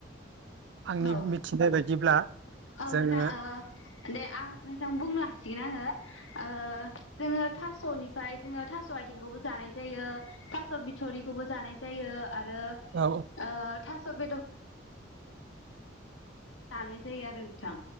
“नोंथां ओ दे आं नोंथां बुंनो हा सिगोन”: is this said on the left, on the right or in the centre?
Left